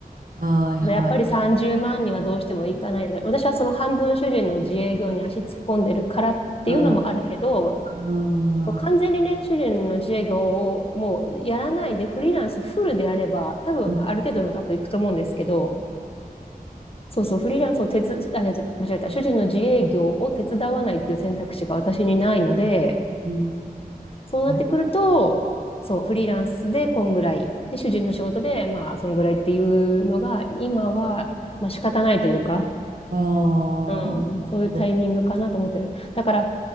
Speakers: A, on the right; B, on the left.
A: はい、
B: でやっぱり30万にはどうしてもいかないで。
A: はい。
B: 私はその半分主人の自営業に足突っ込んでるからっていうのもあるけど、
A: ああ、う
B: 完全にね、主人の自営業をもうやらないでフリーランスフルでやれば、多分ある程度の額いくと思うんですけど、
A: ん、う
B: そうそう、フリーランスを手つ、あ、間違えた、主人の自営業を手伝わないっていう選択肢が私にないので、
A: ん、
B: そうなってくると、
A: ある
B: そう、フリーランスでこんぐらい、で、主人の仕事で、まあ、そんぐらいっていうのが、今は、まあ仕方ないというか、
A: あー
B: うん、そういうタイミングかなと思ってる。
A: と、
B: だから、